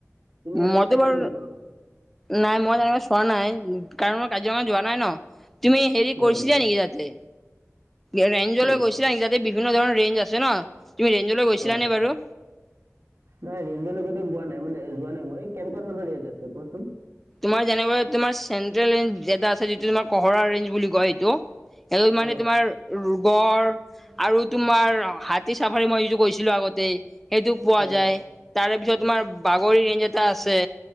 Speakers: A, on the right; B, in the centre.
A: তুমি এনেকুৱা
B: মইতো
A: চাইছা
B: বাৰু
A: নেকি কৰবাত
B: নাই মই নাই চোৱা নাই কাৰণ কাজিৰঙা যোৱা নাই ন তুমি হেৰি
A: যোৱা
B: কৰিছিলা
A: নাই
B: নেকি তাতে এৰেঞ্লৈ
A: কি
B: গৈছিলা নি ত বিভিন্ন ধৰণৰ ৰেঞ্জ আছে ন তুমি ৰেঞ্জলৈ গৈছিলা
A: অ
B: নে বাৰু
A: নাই ৰেঞ্জৰ লগো যোৱা নাই মানে যোৱা নাই মই, কেনেকুৱা ধৰণৰ ৰেঞ্জ আছে কোৱাচোন।
B: তোমাৰ যেনেকুৱা তোমাৰ চেন্ট্ৰেল ৰেঞ্জ এটা আছে যিটো তোমাৰ কহৰা ৰেঞ্জ বুলি কয় সেইটো সেইটো মানে
A: অ
B: তোমাৰ গড় আৰু তোমাৰ হাতী চাফাৰী মই যিটো কৰিছিলোঁ আগতে। সেইটো পোৱা
A: হয়
B: যায়,
A: হয়
B: তাৰে পিছত তোমাৰ বাগৰি ৰেঞ্জ এটা আছে